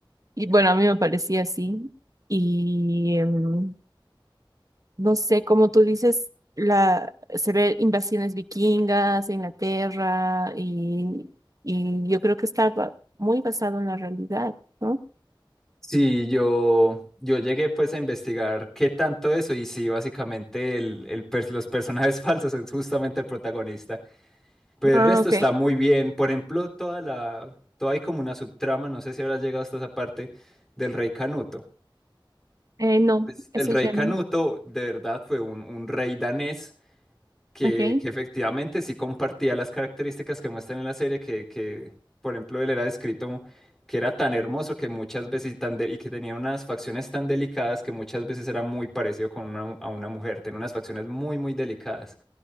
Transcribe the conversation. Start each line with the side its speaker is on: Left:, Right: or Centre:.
Right: Y bueno, a mí me parecía así. Y em, no sé, como tú dices, la, se ve invasiones vikingas, en Inglaterra, y, y yo creo que está ba- muy basado en la realidad, ¿no?
Centre: Sí, yo, yo llegué pues a investigar qué tanto eso y sí, básicamente el, el pers- los personajes <laughs> falsos es justamente el protagonista, pero
Right: Ah,
Centre: el resto
Right: ok.
Centre: está muy bien, por ejemplo, toda la, toda hay como una subtrama, no sé si habrás llegado hasta esa parte del rey Canuto.
Right: Eh, no,
Centre: Pues, el
Right: eso
Centre: rey
Right: ya
Centre: Canuto
Right: no.
Centre: de verdad fue un, un rey danés que,
Right: Ok,
Centre: que efectivamente sí compartía las características que muestran en la serie, que, que, por ejemplo, él era descrito que era tan hermoso que muchas veces y, tan de- y que tenía unas facciones tan delicadas que muchas veces era muy parecido con una, a una mujer, tenía unas facciones muy, muy delicadas.